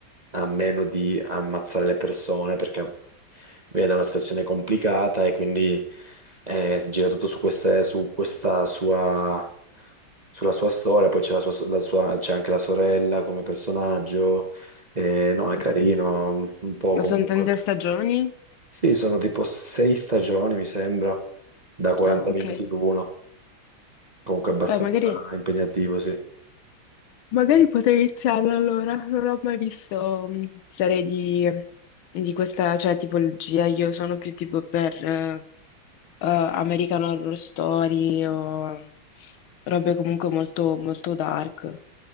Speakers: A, on the right (about 30°); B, on the left (about 75°).
A: a meno di ammazzare le persone perché viene da una situazione complicata e quindi eh, gira tutto su, queste- su questa sua, sulla sua storia, poi c'è la sua- so, la sua- c'è anche la sorella come personaggio, Eh, no, è carino,
B: Mm.
A: un po'
B: Ma
A: comunque.
B: sono tante stagioni?
A: Sì, sono tipo sei stagioni, mi sembra, da 40
B: Ah, ok.
A: minuti l'uno, comunque abbastanza
B: Beh, magari.
A: impegnativo, sì.
B: Magari potrei iniziarla allora, non ho mai visto mm, serie di, di questa cioè, tipologia, io sono più tipo per eh, eh, American Horror Story o robe comunque molto, molto dark.